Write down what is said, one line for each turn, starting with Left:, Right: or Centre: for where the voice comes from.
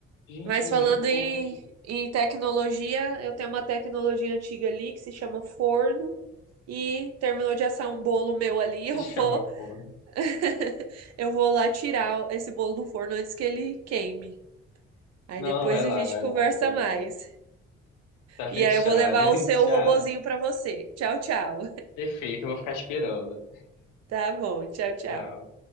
Left: Gente,
Right: Mas
Left: misericórdia.
Right: falando em, em tecnologia, eu tenho uma tecnologia antiga ali que se chama forno e terminou de assar um bolo meu ali,
Left: Se
Right: eu
Left: chama
Right: vou
Left: forno.
Right: <laughs> eu vou lá tirar esse bolo do forno antes que ele queime. Aí
Left: Não,
Right: depois
Left: vai
Right: a
Left: lá,
Right: gente
Left: vai
Right: conversa
Left: lá. O bolo é
Right: mais.
Left: bom. Tá fechado,
Right: E aí eu vou levar
Left: hein?
Right: o seu
Left: <laughs> Tchau.
Right: robozinho para você. Tchau, tchau.
Left: Perfeito, eu vou ficar esperando.
Right: Tá bom, tchau, tchau.
Left: Tchau.